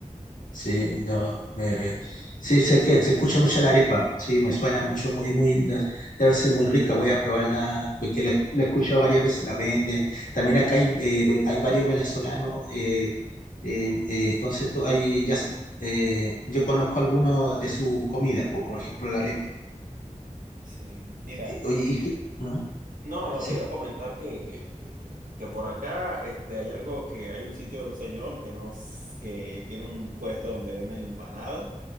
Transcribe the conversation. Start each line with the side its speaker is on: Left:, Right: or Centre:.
Left: Sí, no, me, sí, sé que se escucha mucho la arepa, sí, me suena mucho, muy, muy, debe ser muy rica, voy a probarla, porque la, esc- la he escuchado varias veces, la vende. También acá hay, eh, vel- hay varios venezolanos, eh, eh, eh, entonces to- hay, ya, s- eh, yo conozco algunos de sus comidas, po, por, ejemplo la arepa.
Right: Sí, mira.
Left: Eh, Oye, ¿y qué? ¿Mm?
Right: No, no,
Left: ¿Sí?
Right: te iba a comentar que, que, que, que, que por acá este, hay algo que hay un sitio de un señor que, nos, que tiene un puesto donde venden empanadas.